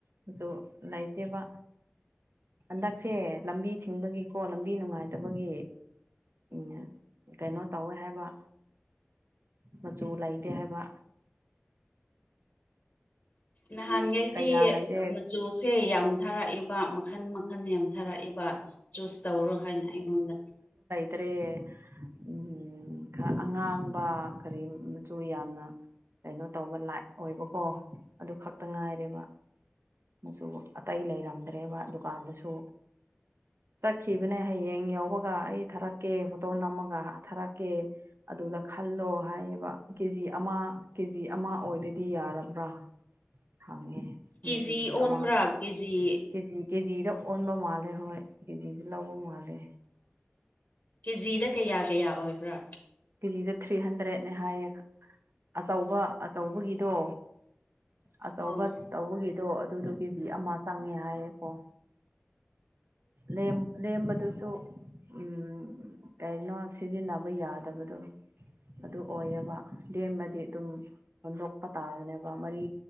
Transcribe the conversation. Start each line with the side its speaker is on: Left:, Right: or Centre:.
Right: ꯃꯆꯨ ꯂꯩꯇꯦꯕ ꯍꯟꯗꯛꯁꯦ ꯂꯝꯕꯤ ꯊꯤꯡꯕꯒꯤꯀꯣ ꯂꯝꯕꯤ ꯅꯨꯡꯉꯥꯏꯇꯕꯒꯤ ꯃꯤꯅ ꯀꯩꯅꯣ ꯇꯧꯋꯦ ꯍꯥꯏꯕ ꯃꯆꯨ ꯂꯩꯇꯦ ꯍꯥꯏꯕ
Left: ꯅꯍꯥꯟꯉꯩꯗꯤ
Right: ꯀꯌꯥ ꯂꯩꯇꯦ
Left: ꯃꯆꯨꯁꯦ ꯌꯥꯝ ꯊꯥꯔꯛꯏꯕ ꯃꯈꯟ ꯃꯈꯟ ꯌꯥꯝ ꯊꯥꯔꯛꯏꯕ ꯆꯨꯁ ꯇꯧꯔꯣ ꯍꯥꯏꯅ ꯑꯩꯉꯣꯟꯗ
Right: ꯇ꯭ꯔꯦ ꯎꯝ ꯈꯔ ꯑꯉꯥꯡꯕ ꯀꯔꯤ ꯃꯆꯨ ꯌꯥꯝꯅ ꯀꯩꯅꯣ ꯇꯧꯕ ꯂꯥꯏꯠ ꯑꯣꯏꯕꯀꯣ ꯑꯗꯨ ꯈꯛꯇꯪ ꯉꯥꯏꯔꯦ ꯕ ꯃꯆꯨ ꯑꯇꯩ ꯂꯩꯔꯝꯗ꯭ꯔꯦꯕ ꯗꯨꯀꯥꯟꯗꯁꯨ ꯆꯠꯈꯤꯕꯅꯦ ꯍꯌꯦꯡ ꯌꯧꯕꯒ ꯑꯩ ꯊꯥꯔꯛꯀꯦ ꯐꯣꯇꯣ ꯅꯝꯃꯒ ꯊꯥꯔꯛꯀꯦ ꯑꯗꯨꯗ ꯈꯜꯂꯣ ꯍꯥꯏꯌꯦꯕ ꯀꯦ ꯖꯤ ꯑꯃ ꯀꯦ ꯖꯤ ꯑꯃ ꯑꯣꯏꯔꯗꯤ ꯌꯥꯔꯕ꯭ꯔꯥ ꯐꯪꯉꯦ
Left: ꯀꯦꯖꯤ
Right: ꯅ ꯀꯦ ꯖꯤ
Left: ꯑꯣꯟꯕ꯭ꯔꯥ
Right: ꯑꯃ
Left: ꯀꯦꯖꯤ
Right: ꯀꯦ ꯖꯤ ꯀꯦ ꯖꯤ ꯗ ꯑꯣꯟꯕ ꯃꯥꯜꯂꯦ ꯍꯣꯏ ꯀꯦ ꯖꯤ ꯗ ꯂꯧꯕ ꯃꯥꯜꯂꯦ
Left: ꯀꯦ ꯖꯤ ꯗ ꯀꯌꯥ ꯀꯌꯥ ꯑꯣꯏꯕ꯭ꯔꯥ
Right: ꯀꯦ ꯖꯤ ꯗ ꯊ꯭ꯔꯤ ꯍꯟꯗ꯭ꯔꯦꯠꯅꯦ ꯍꯥꯏꯌꯦ ꯑꯆꯧꯕ ꯑꯆꯧꯕꯒꯤꯗꯣ ꯑꯆꯧꯕ
Left: ꯑꯣ
Right: ꯇꯧꯕꯒꯤꯗꯣ ꯑꯗꯨꯗꯣ ꯀꯦ ꯖꯤ ꯑꯃ ꯆꯪꯉꯦ ꯍꯥꯏꯌꯦꯀꯣ ꯂꯦꯝ ꯂꯦꯝꯕꯗꯨꯁꯨ ꯎꯝ ꯀꯩꯅꯣ ꯁꯤꯖꯤꯟꯅꯕ ꯌꯥꯗꯕꯗꯣ ꯑꯗꯨ ꯑꯣꯏꯌꯦꯕ ꯂꯦꯝꯃꯗꯤ ꯑꯗꯨꯝ ꯍꯨꯟꯗꯣꯛꯄ ꯇꯥꯕꯅꯦꯕ ꯃꯔꯤ